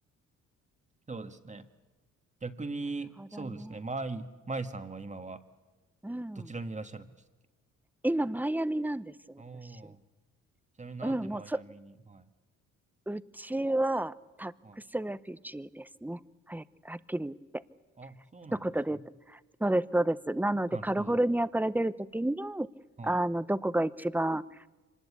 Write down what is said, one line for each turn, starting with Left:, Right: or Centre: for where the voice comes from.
Right: そうですね。逆に、
Centre: なるほどね。
Right: そうですね、マイ、マイさんは今は
Centre: うん。
Right: どちらにいらっしゃるんです
Centre: 今、マイアミなんです、私。
Right: かおー、ちなみになんでマイアミにはい、
Centre: うん、もうそ、うちはタックスレフュージーですね。
Right: はい。
Centre: はや、はっきり言って。
Right: あ、そうなんですね。
Centre: 一言で言うと。そうです、そうです。なので、
Right: なるほど。
Centre: カリフォルニアから出るときに、
Right: はい。
Centre: あの、どこが一番、